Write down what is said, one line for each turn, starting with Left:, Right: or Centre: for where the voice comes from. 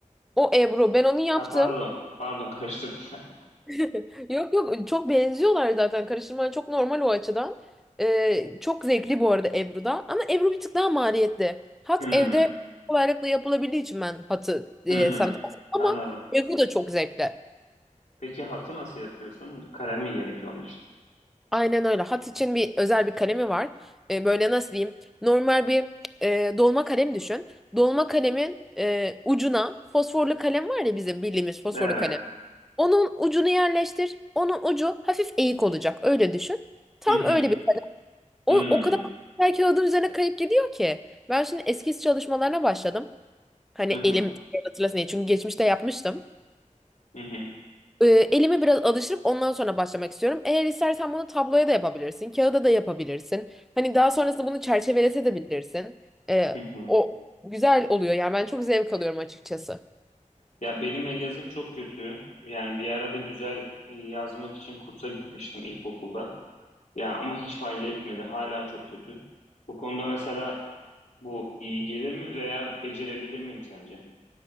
Centre: O Ebru. Ben onu yaptım.
Left: Ha pardon. Pardon karıştırdım. <laughs>
Centre: <laughs> Yok yok çok benziyorlar zaten karıştırman çok normal o açıdan. Ee, çok zevkli bu arada Ebru'da ama Ebru bir tık daha maliyetli. Hat
Left: Hmm,
Centre: evde kolaylıkla yapılabildiği için ben hatı e,
Left: Hı hı.
Centre: sana tavsiye ederim. ama
Left: Anladım.
Centre: Ebru da çok zevkli.
Left: Peki hatı nasıl yapıyorsun? Kalem mi gerekiyor onun için?
Centre: Aynen öyle. Hat için bir özel bir kalemi var. Ee, böyle nasıl diyeyim? Normal bir e, dolma kalem düşün. Dolma kalemin e, ucuna fosforlu kalem var ya bizim bildiğimiz fosforlu
Left: Evet.
Centre: kalem. Onun ucunu yerleştir. Onun ucu hafif eğik olacak. Öyle düşün. Tam
Left: Hı hı.
Centre: öyle bir O,
Left: Hmm.
Centre: o kadar her kağıdın üzerine kayıp gidiyor ki. Ben şimdi eskiz çalışmalarına başladım. Hani
Left: Hı
Centre: elim
Left: hı.
Centre: hatırlasın diye. Çünkü geçmişte yapmıştım.
Left: Hı hı.
Centre: Ee, elimi biraz alıştırıp ondan sonra başlamak istiyorum. Eğer istersen bunu tabloya da yapabilirsin. Kağıda da yapabilirsin. Hani daha sonrasında bunu çerçevelese de bilirsin. Ee,
Left: Hı hı.
Centre: o güzel oluyor. Yani ben çok zevk alıyorum açıkçası.
Left: Ya benim el yazım çok kötü. Yani bir arada güzel e, yazmak için kursa gitmiştim ilkokulda. Ya ama hiç fayda etmedi. Hala çok kötü. Bu konuda mesela bu iyi gelir mi veya becerebilir miyim sence?